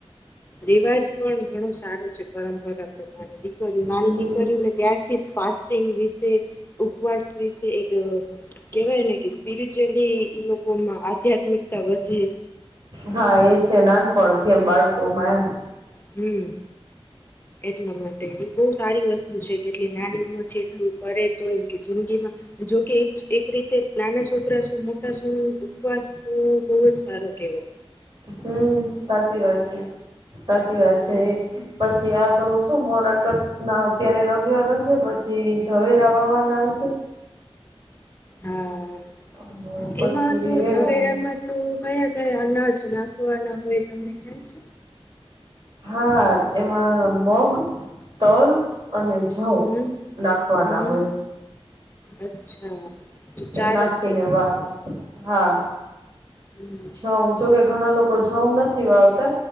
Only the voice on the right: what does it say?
હમ
હા એ છે નાનપણથી એમ બાળકો માં એમ.
હમ્મ સાચી વાત છે, સાચી વાત છે
એ. પછી આ તો શું મોરાકતના અત્યારે રવિવાર હશે પછી ઝવેરા વાવાના. હશે
અને પછી
રેવાનું
હા એમાં મગ, તલ. અને જઉં
નાખવાના
હોય.
એ નાખીને વાવે હા
જઉં જોકે ઘણા લોકો જઉં નથી વાવતા,